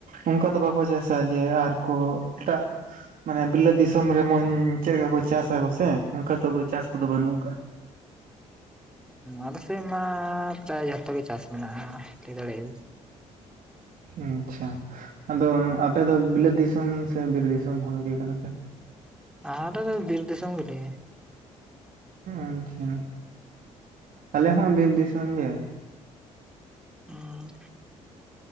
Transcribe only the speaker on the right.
ᱚᱱᱠᱟ ᱫᱚ ᱵᱟᱠᱚ ᱪᱟᱥᱟ ᱡᱮ ᱟᱨ ᱠᱚ ᱮᱴᱟᱜ ᱢᱟᱱᱮ ᱵᱤᱞᱟᱹᱛ ᱫᱤᱥᱚᱢ᱾ ᱢᱚᱸᱡᱽ ᱪᱮᱫ ᱞᱮᱠᱟ ᱠᱚ ᱪᱟᱥᱟ ᱠᱚ ᱥᱮ ᱚᱱᱠᱟ ᱫᱚ ᱪᱟᱥ ᱠᱚᱫᱚ ᱵᱟᱹᱱᱩᱜ ᱟᱠᱟᱫᱟ᱾
ᱟᱪᱪᱷᱟ ᱟᱫᱚ ᱟᱯᱮ ᱫᱚ ᱵᱤᱞᱟᱹᱛ ᱫᱤᱥᱚᱢ ᱥᱮ ᱵᱤᱨ ᱫᱤᱥᱚᱢ ᱦᱚᱲ ᱜᱮ ᱠᱟᱱᱟ ᱯᱮ?
ᱟᱪᱪᱷᱟ ᱟᱞᱮ ᱦᱚᱸ ᱵᱤᱨ ᱫᱤᱥᱚᱢ ᱜᱮ᱾